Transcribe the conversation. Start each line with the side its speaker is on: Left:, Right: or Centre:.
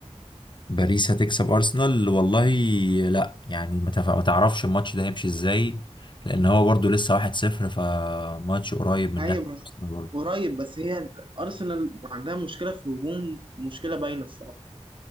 Left: باريس هتكسب ارسنال والله لا يعني ما تف- ما تعرفش الماتش ده هيمشي ازاي لان هو برضو لسه 1-0 فماتش قريب من
Right: ايوه
Left: ناحية
Right: بس
Left: ارسنال برضو
Right: قريب بس هي ارسنال عندها مشكله في الهجوم مشكله باينه الصراحه